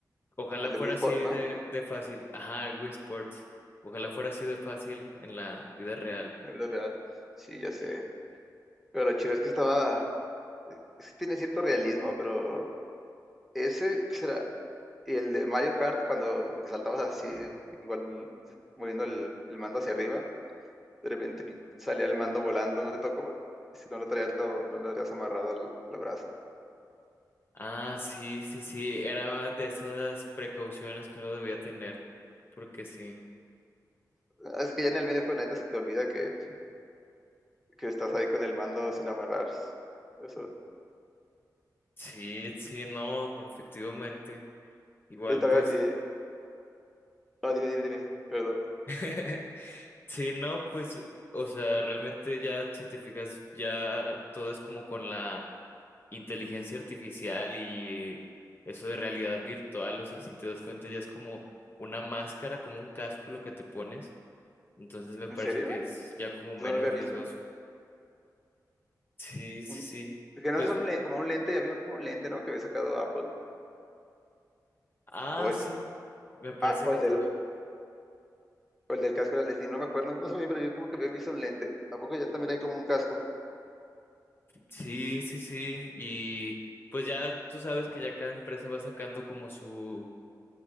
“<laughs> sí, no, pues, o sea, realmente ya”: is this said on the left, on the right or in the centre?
Left